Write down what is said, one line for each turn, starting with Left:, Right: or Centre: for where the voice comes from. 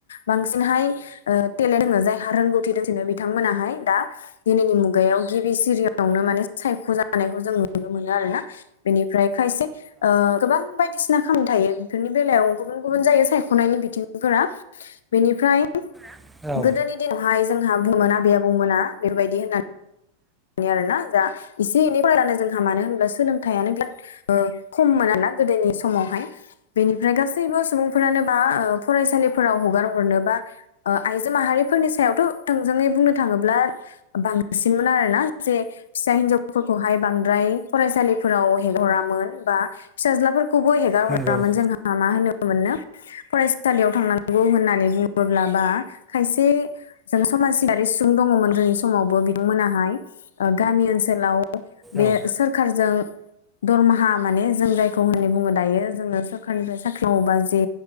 Left: बांसिनहाय ओ टेलेन्ट दोङो जायहा रोंगौथि <unintelligible> बिथांमोनाहाय दा दिनैनि मुगायाव गिबि सिरियावनो माने सायख' जानायखौ जों नुनो मोनो आरोना बेनिफ्राय खायसे ओ गोबां बायदिसिना खामानि थायो बेफोरनि बेलायाव गुबुन गुबुन जायो सायख'नायनि बिथिंफोरा। बेनिफ्राय
Centre: <unintelligible>
Left: गोदोनि दिनावहाय जोंहा बुङोमोन आबै आबौमोना बेबायदि होननानै। आरोना जा एसे एनै फरायब्लानो जोंहा मानो होनब्ला सोलोंथाइयानो बिराद ओ खममोन आरोना गोदोनि समावहाय बेनिफ्राय गासैबो सुबुंफोरानो ओ फरायसालिफोराव हगार हरनो बा आइजो माहारिफोरनि सायावथ' थोंजोङै बुंनो थाङोब्ला बांसिनमोन आरोना जे फिसा हिनजावफोरखौहाय बांद्राय फरायसालिफोराव हेगार हरामोन बा फिसाज्लाफोरखौबो हेगार
Centre: नंगौ
Left: हरामोन जोंहा मा होनो मोननो फरायसालियाव थांनांगौ होननानै बुङोब्ला बा खायसे जों समाज सिबियारि सुंबुं दङमोन जोंनि समावबो बिथांमोनाहाय ओ गामि ओनसोलाव बे
Centre: औ
Left: सोरखारजों दरमाहा माने जों जायखौ होननानै बुङो दायो जोंनो सोरखारनिफ्राय साख्रि मावोबा जे